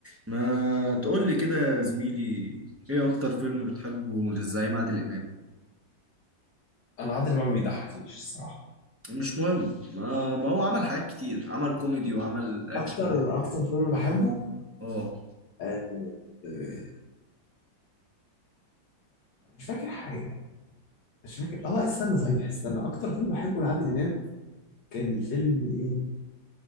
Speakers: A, on the right; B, on the left.
A: ما تقول لي كده يا زميلي ايه اكتر فيلم بتحبه للزعيم عادل امام
B: انا عادل امام ما بيضحكنيش الصراحه
A: مش مهم ما, ما هو عمل حاجات كتير عمل كوميدي وعمل اكشن
B: اكتر اكتر فيلم بحبه
A: اه
B: آه، آه، مش فاكر حاجه مش فاكر اه لا استنى صحيح استنى اكتر فيلم بحبه لعادل امام كان الفيلم ايه